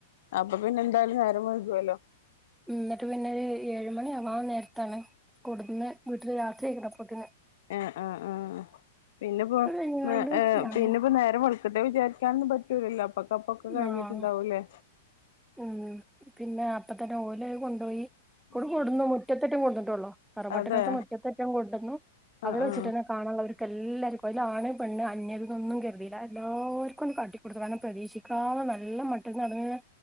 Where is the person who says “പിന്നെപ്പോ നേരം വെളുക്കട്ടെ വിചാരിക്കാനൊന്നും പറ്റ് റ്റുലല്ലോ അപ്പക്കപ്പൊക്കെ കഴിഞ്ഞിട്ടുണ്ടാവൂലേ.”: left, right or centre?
Left